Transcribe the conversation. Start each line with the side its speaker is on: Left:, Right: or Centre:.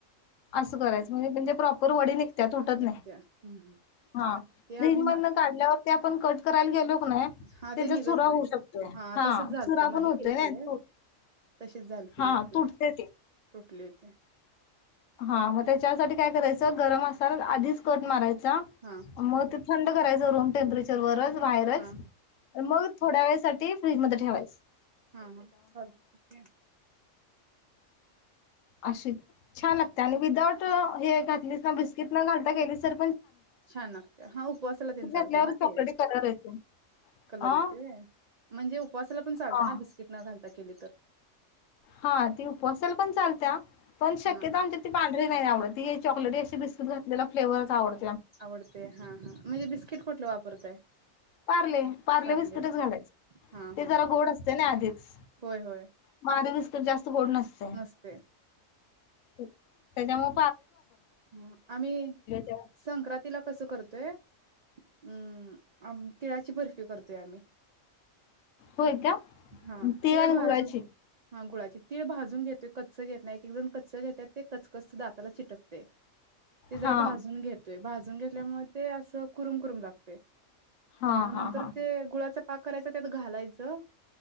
Left: असं करायचं म्हणजे म्हणजे प्रॉपर वडी निघत तुटत
Right: निघत्या
Left: नाही
Right: हम्म, हम्म.
Left: हा
Right: मग ते
Left: रिंग
Right: आम्ही म
Left: मध काढल्यावर ते आपण कराला गेलो की नाही
Right: हा
Left: त्याचा
Right: ते निघत
Left: चुरा
Right: नाही
Left: होऊ शकतोय
Right: हा तसच झालत
Left: चुरा
Right: मध
Left: पण होतोय
Right: केते
Left: ना तू
Right: तशीच झालती
Left: हा
Right: मग ते
Left: तुटते
Right: तुटले होते
Left: हा मग त्याच्यासाठी काय करायचं गरम असाल आधीच कट मारायच
Right: हां,
Left: म ते थंड कराचं रूमे्परेरच व्हायरस
Right: हां,
Left: मग थोड्या वेळेसाठी फ्रीजमध्येध्ये ठेवायस
Right: हा हा ब
Left: अशी छान लागते आणि विदाउट हे घातलीस ना बिस्किट न घालता गेलीसर
Right: छान लागते हा उपवासाला त चालते
Left: घातल्यावर
Right: ना
Left: चॉकलेटी
Right: ते
Left: कलर येते
Right: कलर
Left: अ
Right: येते म्हणजे उपसाला ण चालता
Left: हा
Right: ना बस्ककीट न घाता केली तर
Left: हा ती उपवासाल पण चालत्या, पण शक्यतो
Right: हां,
Left: आमच्या ती पांढरी नाही आवडत ती चॉकलेटी अशी बिस्कट घातलेला फ्लेवरच आवड
Right: आवडते हा हा म्हजे बिस्किट कुठलं वापरताय?
Left: पारले पारले
Right: पार्ले?
Left: बिस्कीटच घालायच,
Right: हां,
Left: ते
Right: हां.
Left: जरा गोड असते ना आधीच
Right: होय, होय.
Left: म खारी बिस्कीट जास् त गोड नसतय.
Right: नसते.
Left: हू त्याच्या म
Right: ह आम्ही
Left: ते
Right: संक्रातीला कसं करतोय. उम्म आम तिळाची बर्फी करतोय आम्ही
Left: होय का?
Right: हां,
Left: तिळ
Right: तीळ
Left: आणि
Right: भाजून
Left: गुळाची
Right: हा गुळाची तीळ भाजून घेतोय, कच्च घेत नाय, एक एक जण कच्च घेत्यात, ते कच कच दाताला चिट टकतय ते जरा
Left: हा.
Right: भाजून घेतोय, भाजून घेत पल्यामुळ ते असं करुम करूम लागतय.
Left: हा
Right: आणि म नंतर
Left: हा हा
Right: ते गुळाच पा करायच त्यात घालायचं.